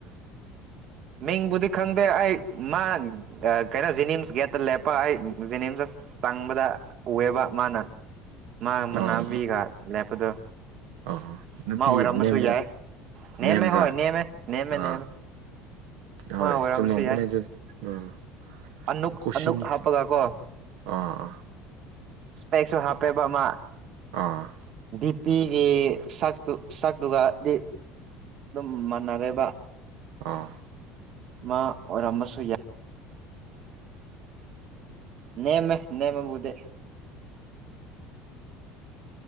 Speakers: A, on the right; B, on the right.
A: ꯃꯤꯡꯕꯨꯗꯤ ꯈꯪꯗꯦ ꯑꯩ ꯃꯥ ꯀꯩꯅꯣ ꯖꯤꯅꯤꯝꯁ ꯒꯦꯠꯇ ꯂꯦꯞꯄ ꯑꯩ ꯖꯤꯅꯤꯝꯁꯇ ꯆꯪꯕꯗ ꯎꯑꯦꯕ ꯃꯥꯅ ꯃꯥꯒ
B: ꯑꯥ
A: ꯃꯅꯥꯕꯤꯒ ꯂꯦꯞꯄꯗꯣ
B: ꯑꯥ ꯅꯨꯄꯤ
A: ꯃꯥ ꯑꯣꯏꯔꯝꯃꯁꯨ
B: ꯅꯦꯝꯕ꯭ꯔꯥ
A: ꯌꯥꯏ ꯅꯦꯝꯃꯦ
B: ꯅꯦꯝꯕ꯭ꯔꯥ
A: ꯍꯣꯏ ꯅꯦꯝꯃꯦ ꯅꯦꯝꯃꯦ
B: ꯑꯥ
A: ꯅꯦꯝꯃꯦ ꯃꯥ
B: ꯍꯣꯏ
A: ꯑꯣꯔꯝꯁꯨ
B: ꯆꯨꯝꯂꯝꯒꯅꯤ
A: ꯌꯥꯏ
B: ꯑꯗꯨꯗꯤ ꯎꯝ
A: ꯑꯅꯨꯛ
B: ꯀꯨꯁꯨꯅꯤ
A: ꯑꯅꯨꯛ ꯍꯥꯞꯄꯒ ꯀꯣ
B: ꯑꯥ
A: ꯏꯁꯄꯦꯛꯁꯨ ꯍꯥꯄꯦꯕ ꯑꯃ
B: ꯑꯥ
A: ꯗꯤꯄ ꯄꯤꯒꯤ ꯁꯛꯇꯨ ꯁꯛꯇꯨꯒꯗꯤ ꯑꯗꯨꯝ ꯃꯥꯟꯅꯔꯦꯕ
B: ꯑꯣ
A: ꯃꯥꯑꯣꯢꯔꯝ ꯕꯁꯨ ꯌꯥꯢ ꯅꯦꯝꯃꯦ ꯅꯦꯝꯕꯕꯨꯗꯤ